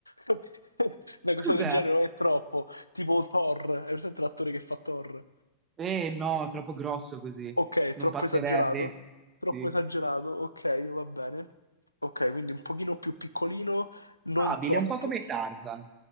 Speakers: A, on the left; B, on the right.
A: <laughs> Una cosa
B: Cos'è?
A: del genere, non è troppo. Tipo Thor, hai presente l'attore che fa Thor?
B: Eh no, troppo grosso così.
A: Ok,
B: Non
A: troppo
B: passerebbe.
A: esagerato? Troppo
B: Sì.
A: esagerato, ok, va bene. Ok, quindi un pochino più piccolino, non
B: Abile,
A: troppo.
B: un po' come Tarzan,